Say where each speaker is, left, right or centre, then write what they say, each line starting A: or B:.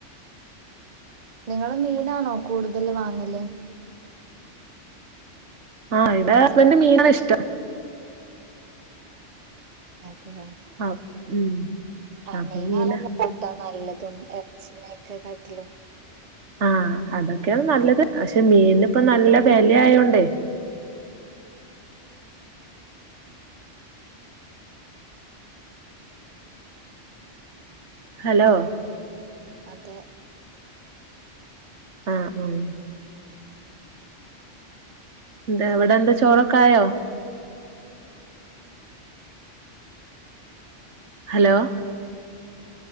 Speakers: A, on the right (about 35°); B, on the right (about 70°).
A: നിങ്ങള് മീനാണോ കൂടുതൽ വാങ്ങല്
B: ആഹ് ഇവിടെ ഹസ്ബന്റ് മീനാ ഇഷ്ടം
A: അതെ
B: ആഹ് ഉം
A: ആഹ്
B: അപ്പൊ
A: മീനാണല്ലോ
B: മീന
A: കൂട്ടാ നല്ലതും ഇറച്ചിനൊക്കെ കാട്ടിലും
B: ആഹ് അതൊക്കെയാണ് നല്ലത് പക്ഷെ മീനി ഇപ്പ നല്ല വെല ആയോണ്ടേ ഹലോ
A: അതെ
B: ആഹ് ഉം എന്താ അവിടെ എന്താ ചോറൊക്കെ ആയോ ഹലോ